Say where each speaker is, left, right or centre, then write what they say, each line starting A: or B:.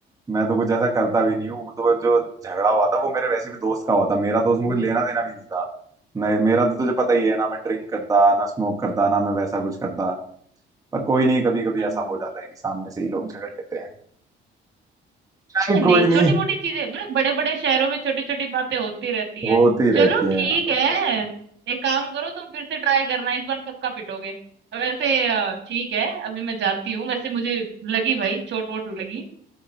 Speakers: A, on the right (about 15°); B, on the right (about 65°).
A: मैं तो कुछ ऐसा करता भी नहीं हूँ वो तो जो झगड़ा हुआ था वो मेरे वैसे भी दोस्त का हुआ था मेरा दोस्त मुझे लेना देना भी नहीं था मैं मेरा तो तुझे पता ही है ना मैं ड्रिंक करता ना स्मोक करता ना मैं वैसा कुछ करता पर कोई नहीं कभी कभी
B: हाँ
A: ऐसा
B: हाँ
A: हो जाता है कि सामने से ही लोग झगड़ लेते हैं चल कोई
B: नहीं
A: नहीं
B: छोटी मोटी चीजें मतलब बड़े बड़े शहरों में छोटी छोटी बातें होती रहती
A: होती
B: है चलो
A: रहती है
B: ठीक
A: यार और
B: है
A: क्या
B: एक काम करो तुम फिर से ट्राई करना इस बार पक्का पिटोगे वैसे अ, ठीक है अभी मैं जाती हूँ वैसे मुझे लगी भाई चोट वोट लगी